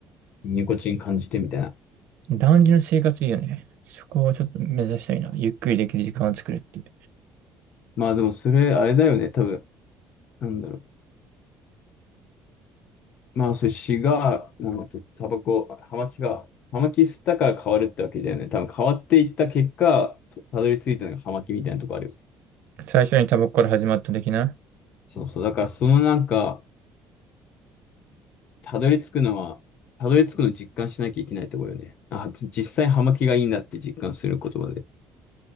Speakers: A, on the left; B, on the right.
A: ニコチン感じてみたいな。
B: 男児の生活いいよね。そこをちょっと目指したいな。ゆっくりできる時間を作るっていう。
A: まあでもそれ、あれだよね、多分、なんだろう。まあそれ、シガー、なんだっけ、タバコ、ハマキが、ハマキ吸ったから変わるってわけだよね。多分変わっていった結果、とたどり着いたのがハマキみたいなとこあるよね。
B: 最初にタバコから始まった的な。
A: そうそう。だからそのなんか、たどり着くのは、たどり着くの実感しなきゃいけないところよね。あ、実際葉巻がいいんだって実感することまで。